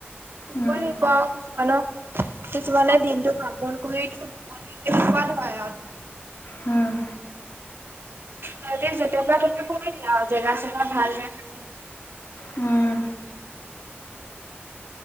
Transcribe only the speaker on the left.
উম।
উম।
উম।